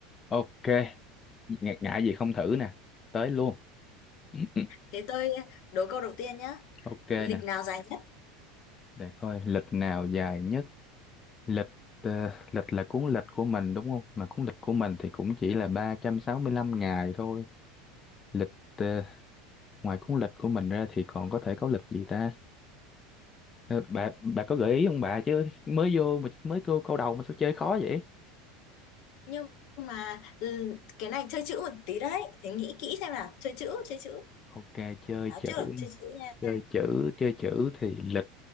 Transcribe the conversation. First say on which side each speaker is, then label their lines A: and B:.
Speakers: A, on the left; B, on the left.
A: ok ngại ngại gì không thử nè tới luôn <clears throat> ừ, ừ.
B: Thế tôi đố câu đầu tiên nhá.
A: ok
B: Lịch
A: nè
B: nào dài nhất?
A: để coi lịch nào dài nhất lịch ờ, lịch là cuốn lịch của mình đúng không mà cuốn lịch của mình thì cũng chỉ là 365 ngày thôi lịch ờ, ngoài cuốn lịch của mình ra thì còn có thể có lịch gì ta Ờ, bà bà có gợi ý không bà chứ mới vô mà mới câu câu đầu mà sao chơi khó vậy
B: Nhưng mà ừ, cái này chơi chữ một tí đấy. thì nghĩ kỹ xem nào. Chơi chữ, chơi chữ.
A: ok chơi
B: Đó,
A: chữ
B: trước là chơi chữ nha.
A: chơi chữ chơi chữ thì lịch